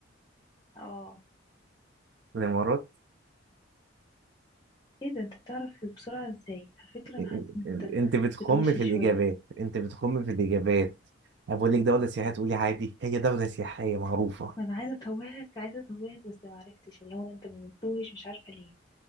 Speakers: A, on the left (about 20°); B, on the right (about 60°).
A: اه
B: الامارات
A: ايه ده انت بتعرف بسرعة ازاي على فكرة
B: إ-
A: انا
B: إ-
A: حاسة ان انت
B: انت بتخم
A: بتغش
B: في
A: شوية
B: الاجابات انت بتخم في الاجابات أنا بقول لك دولة سياحية تقولي عادي هي دولة سياحية معروفة
A: ما انا عايزة اتوهك عايزة اتوهك بس ما عرفتش اللي هو انت ما بتتوهش مش عارفة ليه